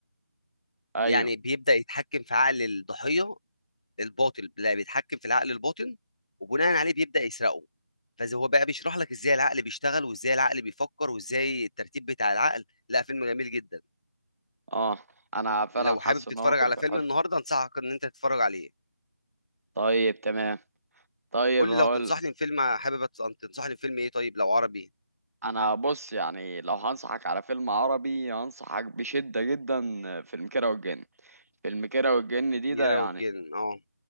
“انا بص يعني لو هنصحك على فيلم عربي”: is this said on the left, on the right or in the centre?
Right